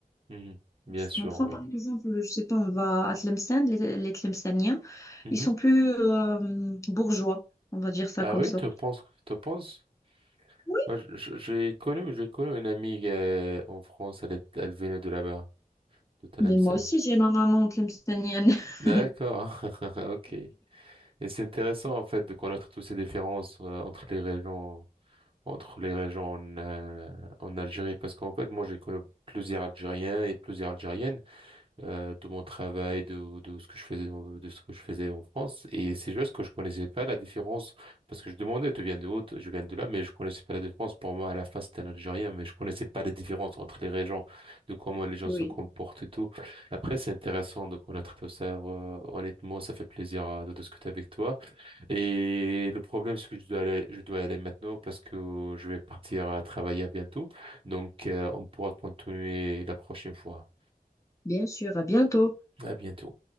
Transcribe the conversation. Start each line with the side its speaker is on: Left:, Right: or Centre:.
Right: Mhm. Bien
Left: Je
Right: sûr,
Left: comprends,
Right: oui.
Left: par exemple, je sais pas, on va à Tlemcen, les, les Tlemceniens,
Right: Mhm.
Left: ils sont plus euh, bourgeois, on va dire ça
Right: Ah
Left: comme
Right: oui,
Left: ça.
Right: tu penses, tu penses?
Left: Oui,
Right: Moi, je- je- j'ai connu, j'ai connu une amie euh, en France, elle, est, elle venait de là-bas, de Tlemcen.
Left: mais moi aussi, j'ai ma maman tlemcenienne.
Right: D'accord,
Left: <laughs>
Right: <laughs> ok. Et c'est intéressant en fait de connaître toutes ces différences euh, entre les régions. entre les régions en, euh, en Algérie parce qu'en fait moi j'ai connu plusieurs Algériens et plusieurs Algériennes euh, de mon travail de, de ce que je faisais dans- de ce que je faisais en France et c'est juste que je connaissais pas la différence parce que je demandais tu viens de où je viens de là mais je connaissais pas la différence pour moi à la face c'était un Algérien mais je connaissais pas la différence entre les régions de comment les gens
Left: Oui,
Right: se comportent et tout après c'est intéressant de connaître tout ça euh, honnêtement ça fait plaisir euh, de discuter avec toi et le problème, c'est que je dois aller, je dois aller maintenant parce que je vais partir à travailler à bientôt. Donc, euh, on pourra continuer la prochaine fois.
Left: bien sûr, à bientôt.
Right: À bientôt.